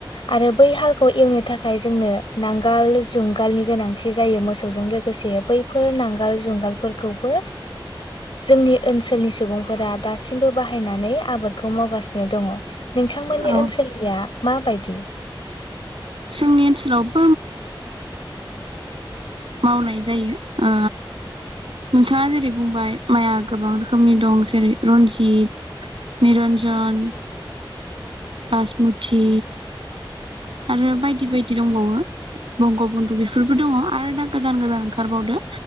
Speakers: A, on the left; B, on the right.
A: आरो बै हालखौ एवनो थाखाय जोंनो नांगोल जुंगालनि गोनांथि जायो मोसौजों लोगोसे बैफोर नांगोल जुंगालफोरखौबो जोंनि ओनसोलनि सुबुंफोरा दासिमबो बाहायनानै आबादखौ मावगासिनो दङ। नोंथांमोननि
B: औ
A: ओनसोलनिया मा बायदि
B: जोंनि ओनसोलाव <inaudible> मावनाय जायो ओ नोंथाङा जेरै बुंबाय माइआ गोबां रोखोमनि दं जेरै रन्जित निरन्जन बासमुति आरो बायदि बायदि दंबावो बंग' बन्दु बेफोरबो दङ आरो दा गोदान गोदान ओंखारबावदो